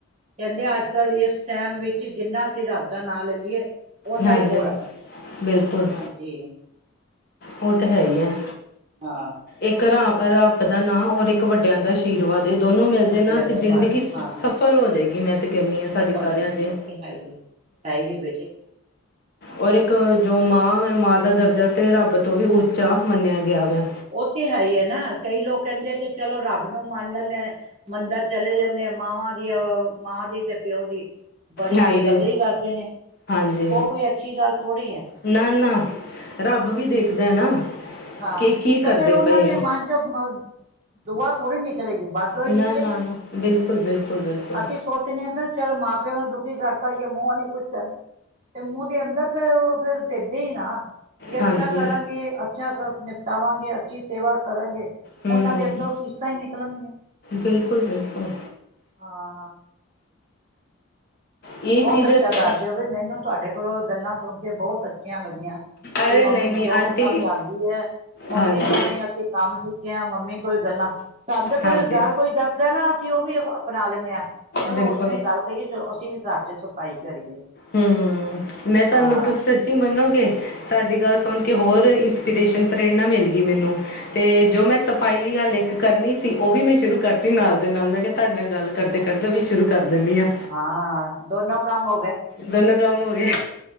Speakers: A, on the right (about 30°); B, on the left (about 50°).
A: ਕਹਿੰਦੇ, ਅੱਜ- ਕੱਲ੍ਹ ਇਸ ਟਾਈਮ ਵਿੱਚ, ਜਿੰਨਾ ਅਸੀਂ ਰੱਬ ਦਾ ਨਾਂ ਲੈ ਲਈਏ, ਓਨਾ
B: ਹਾਂਜੀ।
A: ਹੀ ਥੋੜ੍ਹਾ।
B: ਬਿਲਕੁਲ,
A: ਹਾਂਜੀ
B: ਉਹ ਤੇ ਹੈ ਹੀ ਹੈ।
A: ਹਾਂ।
B: ਇੱਕ ਰਾ ਰੱਬ ਦਾ ਨਾਂ, ਔਰ ਇੱਕ ਵੱਡਿਆਂ, ਦਾ ਆਸ਼ੀਰਵਾਦ। ਜੇ ਦੋਨੋ ਮਿਲ ਜਾ
A: ਵੱਡਿਆਂ
B: ਨਾ,
A: ਦਾ
B: ਤੇ ਜ਼ਿੰਦਗੀ
A: ਬਸ ਹਾਂ
B: ਸਫਲ ਹੋ ਜਾਏਗੀ। 'ਮੈਂ ਤੇ ਕਹਿੰਨੀ ਆ ਸਾਡੀ
A: ਸਫਲ
B: ਸਾਰਿਆਂ
A: ਹੁੰ
B: ਦੀ
A: ਉਹ ਤੇ ਹੈ ਹੀ ਹੈ ਹੀਂ ਹੈ ਬੇਟੇ।
B: ਔਰ ਇੱਕ ਜੋ ਮਾਂ ਹੈ, ਮਾਂ ਦਾ ਦਰਜਾ ਤੇ ਰੱਬ ਤੋਂ ਵੀ ਉੱਚਾ ਮੰਨਿਆ, ਗਿਆ ਵਾ।
A: ਉਹ ਤੇ, ਹੈ ਹੀ ਹੈ ਨਾ, ਕਈ ਲੋਕ ਕਹਿੰਦੇ, ਕਿ ਚਲੋ ਰੱਬ ਨੂੰ ਮੰਨਦੇ, ਮੰਦਿਰ ਚਲੇ ਜਾਂਦ, ਮਾਵਾਂ ਦੀ ਮਾਂ ਦੀ, ਤੇ ਪਿਓ ਦੀ। ਬੜੀ,
B: ਹਾਂਜੀ
A: ਬੇਕਦਰੀ ਕਰਦੇ ਨੇ,
B: ਹਾਂਜੀ
A: ਉਹ ਕੋਈ ਅੱਛੀ ਗੱਲ ਥੋੜ੍ਹੀ ਹੈ।
B: ਨਾ- ਨਾ ਰੱਬ ਵੀ ਦੇਖਦਾ ਨਾ।
A: ਹਾਂ,
B: ਕਿ ਕੀ
A: ਤੇ
B: ਕਰਦੇ
A: ਫੇਰ ਉਹਨਾਂ
B: ਪਏ
A: ਦੇ
B: ਆ
A: ਮਨ ਚ ਅ ਦੁਆ ਥੋੜੀ ਨਿਕਲੇਗੀ ਬਦਦੁਆ ਹੀ
B: ਨਾ
A: ਨਿਕਲੇਗੀ
B: ਨਾ ਨਾ ਬਿਲਕੁਲ ਬਿਲਕੁਲ ਬਿਲਕੁਲ
A: ਅਸੀ ਸੋਚਣੇ ਹਾਂ ਚੱਲ ਮਾਂ ਪਿਓ ਨੂੰ ਦੁਖੀ ਕਰਤਾ ਜੇ ਮੂੰਹ ਨੀ ਕੁੱਛ ਕਹਿੰਦੇ ਤੇ ਮੂੰਹ ਦੇ ਅੰਦਰ ਤੇ ਉਹ ਫੇਰ ਦਿੰਦੇ ਹੀ ਨਾ, ਵੀ ਅੱਛਾ
B: ਹਾਂਜੀ
A: ਕਰਾਂਗੇ। ਅੱਛਾ ਕਰ ਨਿਪਟਾਵਾਂਗੇ, ਅੱਛੀ ਸੇਵਾ ਕਰਾਂਗੇ
B: ਹੂੰ
A: ਉਹਨਾਂ ਦੇ ਅੰਦਰੋਂ ਅਸੀਸਾ ਹੀ ਨਿਕਲਣਗੀਆ
B: ਬਿਲਕੁਲ- ਬਿਲਕੁਲ।
A: ਹਾਂ।
B: ਇਹ
A: ਬਹੁਤ
B: ਚੀਜ਼
A: ਅੱਛਾ
B: ਅਸ-
A: ਕਰਦੇ ਹੋ ਵੀ ਮੈਨੂੰ ਤੁਹਾਡੇ ਕੋਲੋਂ ਗੱਲਾਂ ਸੁਣ ਕੇ ਬਹੁਤ ਅੱਛੀਆਂ ਲੱਗੀਆਂ।
B: ਅਰੇ
A: ਕਿ ਮੰਮੀ
B: ਨਹੀਂ ਨਹੀਂ
A: ਜੋ
B: ਆਂਟੀ
A: ਕੁ ਸਮਝਾਉਂਦੀ ਹੈ ਮੰਮੀ
B: ਹਾਂਜੀ
A: ਕੋਲੋਂ ਹੀ ਅਸੀਂ ਕੰਮ ਸਿੱਖਿਆ, ਮੰਮੀ ਕੋਲ ਗੱਲਾਂ। ਸਾਨੂੰ ਕੋਈ
B: ਹਾਂਜੀ
A: ਗੱਲ ਕੋਈ ਦੱਸਦਾ ਨਾ ਅਸੀਂ ਉਹ ਵੀ ਅਪਣਾ ਲੈਂਦੇ ਹਾਂ ਚਲੋ
B: ਬਿਲਕੁਲ
A: ਉਸਨੇ ਗੱਲ ਕਹੀ ਚਲੋ ਅਸੀਂ ਵੀ ਘਰ ਚ ਸਫ਼ਾਈ ਕਰੀਏ।
B: ਹਮ, ਮੈਂ ਤੁਹਾਨੂੰ
A: ਹਾਂ
B: ਤੁਸੀਂ ਸੱਚੀ ਮੰਨੋਗੇ। ਤੁਹਾਡੀ ਗੱਲ ਸੁਣ ਕੇ ਹੋਰ ਇੰਸਪੀਰੇਸ਼ਨ ਪ੍ਰੇਰਨਾ ਮਿਲ ਗਈ ਮੈਨੂੰ। ਤੇ ਜੋ ਮੈਂ ਸਫ਼ਾਈ ਹਲੇ ਇੱਕ ਕਰਨੀ ਸੀ ਉਹ ਵੀ ਮੈਂ ਸ਼ੁਰੂ ਕਰਤੀ ਨਾਲ ਦੇ ਨਾਲ ਮੈਂ ਕਿਹਾ ਤੁਹਾਡੇ ਨਾਲ ਗੱਲ ਕਰਦੇ- ਕਰਦੇ ਵੀ ਸ਼ੁਰੂ ਕਰ ਦਿੰਦੀ ਹਾਂ।
A: ਹਾਂ ਦੋਨੋ ਕੰਮ ਹੋ ਗਏ।
B: ਦੋਨੋ ਕੰਮ ਹੋ ਗਏ,